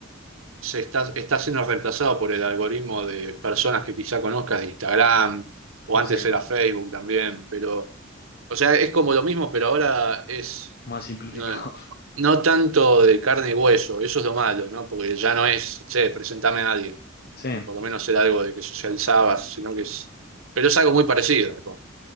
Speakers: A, on the right; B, on the left.
A: se está, está siendo reemplazado por el algoritmo de personas que quizá conozcas de Instagram o
B: exacto,
A: antes era Facebook también, pero, o sea, es como lo mismo, pero ahora es
B: más simplificado.
A: no,
B: <laughs>
A: no tanto de carne y hueso, eso es lo malo, ¿no? Porque ya no es, che, presentame a alguien.
B: Sí,
A: que Por lo menos era algo de que socializabas, sino que es. Pero es algo muy parecido. ¿no?